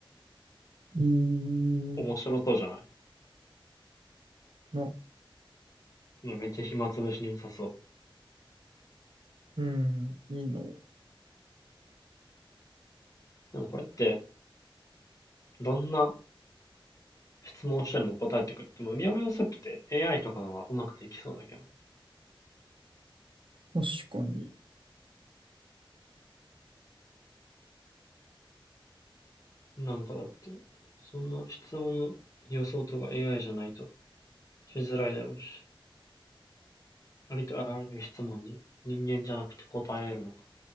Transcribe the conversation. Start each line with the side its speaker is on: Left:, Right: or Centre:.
Right: いい
Left: た。面白そうじゃない
Right: な。
Left: うんめっちゃ暇つぶしに良さそう。
Right: うん。いいの。
Left: でもこれって、どんな質問をしても答えてくれる。でも、ウミガメのスープって AI とかの方がうまくできそうだけどね。
Right: 確かに。
Left: なんかだって、そんな質問の予想とか AI じゃないとしづらいだろうし。ありとあらゆる質問に人間じゃなくて答えられるのか。